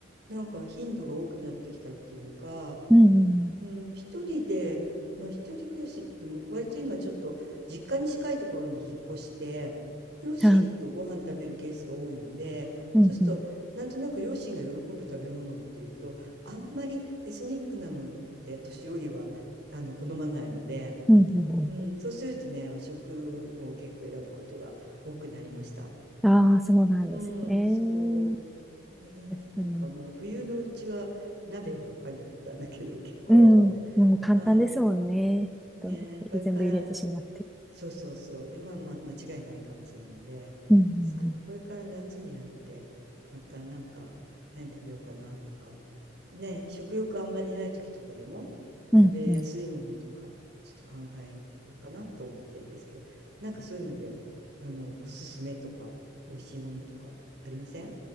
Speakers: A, on the right (about 60°); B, in the centre.
A: なんか頻度が多くなってきたっていうか、
B: うんうん。
A: うん、一人で、まあ一人暮らしっても、割と今ちょっと、実家に近いところに引っ越して、両親とご飯食べるケースが多いので、
B: あ、うんうん。
A: そうすると、なんとなく両親が喜ぶ食べ物っていうと、あんまりエスニックなのって年寄りは、あの、好まないので、
B: うんうんう
A: うん、そうするとね、和食を結構選ぶことが多くなりました。
B: ん。ああ、そうなんですね。
A: うん、そう。ね、
B: 確かに。
A: なんかもう冬のうちは鍋ばっかりだったんだけど、結構。
B: うん。でも簡単ですもんね。
A: <laughs> はい。ね、
B: と全部入れてしまって。
A: これからそうそうそう。で、まあまあ間違いない感じなので、
B: うん
A: そう、これから夏になって、またなんか何食べようかなとか、ね、食欲あんまりない時とかでも
B: うんうん。
A: 食べやすいものとか、
B: うんうん。
A: ちょっと考えようかなと思ってるんですけど、なんかそういうので、あの、おすすめとか、美味しいものとかありません